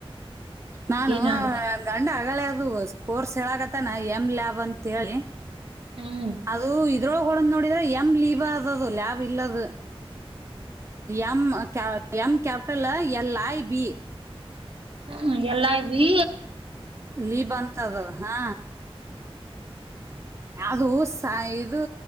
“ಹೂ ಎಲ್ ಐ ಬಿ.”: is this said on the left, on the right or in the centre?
Right